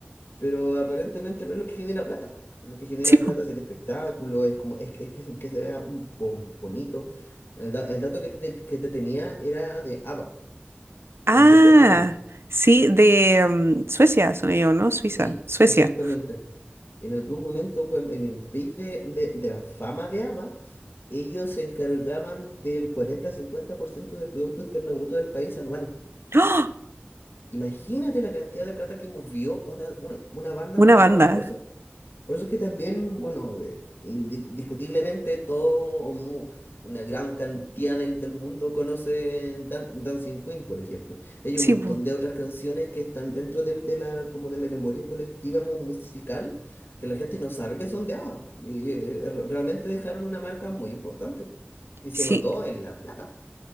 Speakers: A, on the left; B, on the right.
A: pero aparentemente no es lo que genera plata. Lo que genera
B: sí, po.
A: plata es el espectáculo, es como, es, es que, que se vea mm, bo- bonito. El, da- el dato que te, que te tenía era de ABBA,
B: Ah,
A: el grupo ABBA.
B: sí, de em, Suecia son ellos, ¿no? Suiza,
A: Sí,
B: Suecia.
A: exactamente. En algún momento, cuando, en el pic de, de, de la fama de ABBA, ellos se encargaban del 40-50% del Producto Interno Bruto del país anual.
B: ¡Ah!
A: Imagínate la cantidad de plata que movió una, una, una banda como
B: Una banda,
A: ABBA. Por eso Por eso es que también, bueno, eh, indiscutiblemente todo, o mu- una gran cantidad del, del mundo conoce Dan- Dancing Queen, por ejemplo. Y Hay
B: sí,
A: un montón
B: po.
A: de otras canciones que están dentro del, de la, como de la memoria colectiva mu- musical que la gente no sabe que son de ABBA. Y, eh, eh, re- realmente dejaron una marca muy importante. Y
B: Sí,
A: se notó en La Plata.